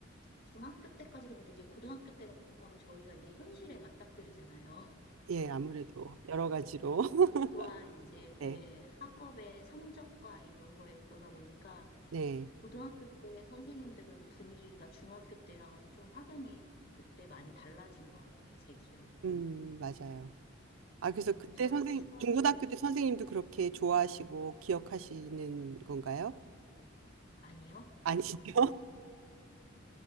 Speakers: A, on the left (about 50°); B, on the right (about 85°).
A: 중학교 때까지도 근데 이제 고등학교 때 가면 저희가 이제 현실에 맞닥뜨리잖아요. <laughs>
B: 예, 아무래도 여러 가지로 <laughs>
A: 와, 이제,
B: 네,
A: 예, 학업의 성적과 이런 거에 그러다 보니까,
B: 네,
A: 고등학교 때 선생님들은 분위기가 중학교 때랑은 좀 확연히 그때 많이 달라진 것 같아요. 제 기억에는.
B: 음, 맞아요.
A: 네,
B: 아, 그래서
A: 네,
B: 그때
A: 저의
B: 선생
A: 추억에서는
B: 중고등학교 때 선생님도 그렇게 좋아하시고 기억하시는 건가요?
A: 아니요.
B: 아니시죠?